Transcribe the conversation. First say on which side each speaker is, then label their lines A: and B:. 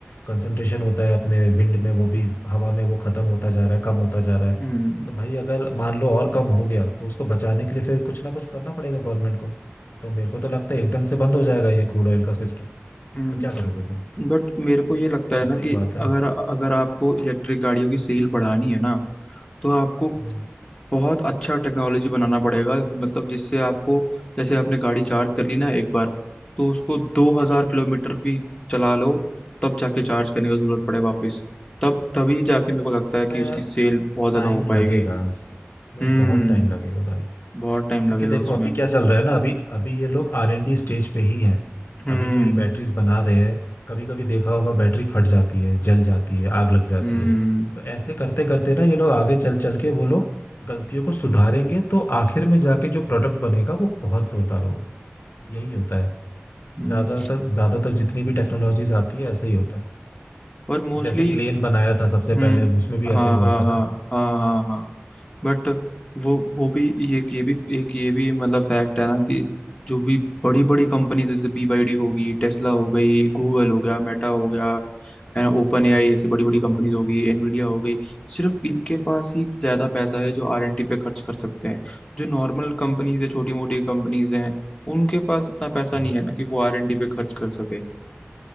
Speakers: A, on the left; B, on the left.
A: कंसंट्रेशन होता है अपने विंड में वो भी हवा में वो खत्म होता जा रहा है कम होता जा रहा है
B: हम्म
A: तो भाई अगर मान लो और कम हो गया तो उसको बचाने के लिए फिर कुछ ना कुछ करना पड़ेगा गवर्नमेंट को तो मेरे को तो लगता है एकदम से बंद हो जाएगा ये क्रूड ऑयल का सिस्टम
B: हम्म
A: तो क्या करोगे फिर
B: बट मेरे को ये लगता है ना
A: वही
B: कि
A: बात है
B: अगर अगर आपको इलेक्ट्रिक गाड़ियों की सेल बढ़ानी है ना तो आपको
A: हम्म
B: बहुत अच्छा टेक्नोलॉजी बनाना पड़ेगा मतलब जिससे आपको जैसे आपने गाड़ी चार्ज कर ली ना एक बार तो उसको दो हजार किलोमीटर भी चला लो तब जाके चार्ज करने का जरूरत पड़े वापस तब तभी जाके मेरे को लगता है
A: मैं
B: कि उसकी सेल बहुत ज्यादा
A: टाइम
B: हो पाएगी
A: लगेगा इसमें
B: हम्म
A: बहुत टाइम लगेगा भाई
B: बहुत टाइम
A: क्योंकि
B: लगेगा
A: देखो
B: उसमें
A: अभी क्या चल रहा है ना अभी अभी ये लोग आर एन डी स्टेज पे ही हैं
B: हम्म
A: अभी जो ये बैटरीज बना रहे हैं कभी कभी देखा होगा बैटरी फट जाती है जल जाती है आग लग जाती
B: हम्म
A: है तो ऐसे करते करते ना ये लोग आगे चल चल के वो लोग गलतियों को सुधारेंगे तो आखिर में जाके जो प्रोडक्ट बनेगा वो बहुत जोरदार होगा यही होता है
B: हम्म।
A: ज्यादातर ज्यादातर जितनी भी टेक्नोलॉजीज आती है ऐसे ही होता है
B: और मोस्टली
A: जैसे प्लेन बनाया था सबसे
B: हम्म
A: पहले उसमें भी
B: हाँ
A: ऐसे ही हुआ
B: हाँ
A: था
B: हाँ
A: ना
B: हाँ हाँ हाँ बट वो वो भी ये ये भी एक ये भी मतलब फैक्ट है ना कि जो भी बड़ी बड़ी कंपनीज जैसे बीवाईडी होगी टेस्ला हो गई गूगल हो गया मेटा हो गया है ना ओपन एआई
A: हम्म,
B: ऐसी बड़ी बड़ी कंपनीज हो गई एनवीडिया हो गई सिर्फ इनके पास ही ज्यादा पैसा है जो आरएनटी पे खर्च कर सकते हैं जो नॉर्मल कंपनीज है छोटी मोटी कंपनीज हैं उनके पास इतना पैसा
A: हम्म।
B: नहीं है ना कि वो आरएनटी पे खर्च कर सके